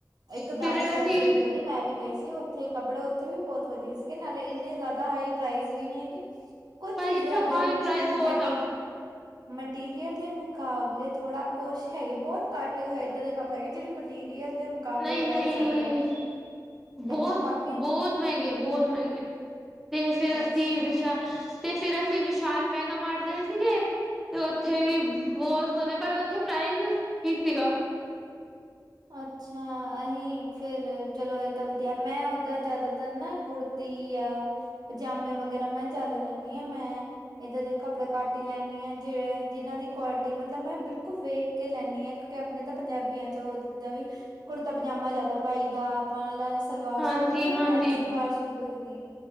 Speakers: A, on the right; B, in the centre.
A: ਇੱਕ
B: ਫਿਰ
A: ਬ੍ਰਾਂਚ
B: ਅਸੀਂ
A: ਹੈ ਸੂਡੀਓ। ਤੇ ਮੈਂ ਵੀ ਗਈ ਸੀ ਉਥੇ ਕੱਪੜੇ ਉੱਥੇ ਵੀ ਬਹੁਤ ਵਧੀਆ ਸੀਗੇ ਨਾਲੇ ਇੰਨੇ ਜ਼ਿਆਦਾ ਹਾਈ ਪ੍ਰਾਈਜ਼ ਵੀ ਨੀ ਹੈਗੀ। ਕੁਛ
B: ਪਰ
A: ਚੀਜ਼ਾਂ
B: ਇੱਥੇ
A: ਦੇ
B: ਹਾਈ ਪ੍ਰਾਈਜ਼ ਬਹੁਤ
A: ਮਟੀ
B: ਆ
A: ਮਟੀਰੀਅਲ ਦੇ ਮੁਕਾਬਲੇ ਥੋੜ੍ਹਾ ਕੁਛ ਹੈਗੇ ਬਹੁਤ ਘੱਟ ਇੱਦਾਂ ਦੇ ਕੱਪੜੇ ਹੈਗੇ ਜਿਹੜੇ ਮਟੀਰੀਅਲ ਦੇ ਮੁਕਾਬਲੇ
B: ਨਹੀਂ ਨਹੀਂ
A: ਪ੍ਰਾਈਜ਼ ਜ਼ਿਆਦਾ ਲੱਗਦੇ ਲੇਕਿਨ
B: ਬਹੁਤ
A: ਬਾਕੀ
B: ਬਹੁਤ ਮਹਿੰਗੇ ਬਹੁਤ ਮਹਿੰਗੇ। ਤੇ ਫਿਰ
A: ਅੱਛਾ
B: ਅਸੀਂ ਵਿਸ਼ਾਲ ਤੇ ਫੇਰ ਅਸੀਂ ਵਿਸ਼ਾਲ ਮੈਗਾ ਮਾਰ ਗਏ ਸੀਗੇ। ਤੇ ਓਥੇ ਵੀ ਬਹੁਤ ਸੋਹਣੇ ਪਰ ਓਥੇ ਪ੍ਰਾਈਜ ਠੀਕ ਸੀਗਾ।
A: ਅੱਛਾ ਅਸੀਂ ਫੇਰ ਚਲੋ ਇਹ ਤਾਂ ਵਧੀਆ ਮੈਂ ਓਦਾਂ ਜ਼ਿਆਦਾਤਰ ਨਾ ਕੁੜ ਤੀ ਆ ਪਜਾਮੇ ਵਗੈਰਾ ਮੈਂ ਜਿਆਦਾ ਲੈਂਦੀ ਆ ਮੈਂ ਇੱਧਰ ਦੇ ਕੱਪੜੇ ਘੱਟ ਟੀ ਲੈਦੀ ਆਂ ਜਿਹੜੇ ਜਿਨਾਂ ਦੀ ਕੁਆਲਿਟੀ ਮਤਲਬ ਮੈਂ ਬਿਲਕੁਲ ਵੇਖ ਕੇ ਲੈਦੀ ਆਂ ਕਿਉਂਕਿ ਆਪਣੇ ਤਾਂ ਪੰਜਾਬੀਆਂ ਚ ਉਹ ਦਾ ਵੀ ਕੁੜਤਾ ਪਜਾਮਾ ਜਿਆਦਾ ਪਾਈ ਦਾ ਆਪਾਂ ਨਾਲ ਸਲਵਾਰ
B: ਹਾਂਜੀ
A: ਸੂਟ ਵਖ ਨਾ
B: ਹਾਂਜੀ
A: ਮੈਂ ਤੇ ਸਲਵਾਰ ਸੂਟ ਵਖਦੀ